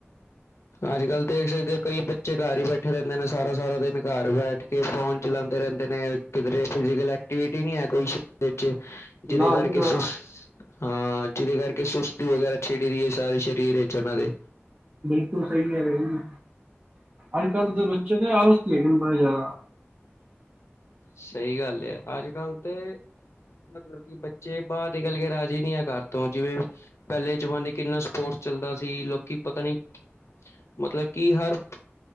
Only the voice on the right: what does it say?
ਨਾ
ਜੀ ਨਾ
ਬਿਲਕੁੱਲ ਸਈ ਹੈਗਾ ਜੀ, ਅੱਜ-ਕੱਲ੍ਹ ਦੇ ਬੱਚੇ ਦੇ ਆਲਸੀ ਹੈਗੇ ਨੇ ਬੜੇ ਜਾਦਾ।